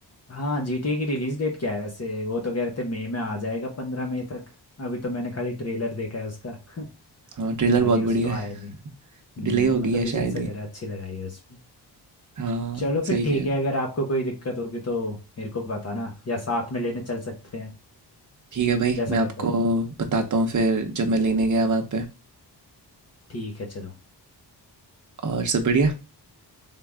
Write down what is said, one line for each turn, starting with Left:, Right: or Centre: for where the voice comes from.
Left: हाँ जीटीए की रिलीज डेट क्या है वैसे वो तो कह रहे थे मई में आ जाएगा पंद्रह मई तक अभी तो मैंने खाली ट्रेलर देखा है उसका <laughs>
Right: हाँ ट्रेलर
Left: बाकी
Right: बहुत बढ़िया
Left: कुछ तो आया
Right: है
Left: नहीं हम्म,
Right: डिले हो गई
Left: मतलब
Right: है
Left: फिजिक्स
Right: शायद
Left: वगैरह
Right: ये
Left: अच्छी लगाई है उसमें
Right: हाँ
Left: चलो फिर
Right: सही
Left: ठीक
Right: कह रहे
Left: है
Right: हैं।
Left: अगर आपको कोई दिक्कत होगी तो मेरे को बताना या साथ में लेने चल सकते हैं
Right: ठीक है भाई
Left: जैसा
Right: मैं
Left: कहते
Right: आपको
Left: हो आप
Right: बताता हूँ फिर जब मैं लेने गया वहाँ पे
Left: ठीक है चलो
Right: और सब बढ़िया